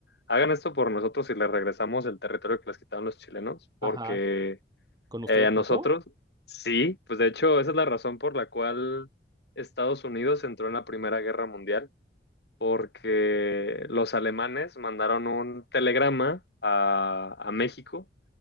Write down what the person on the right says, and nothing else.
Ajá. ¿Con ustedes
pasó?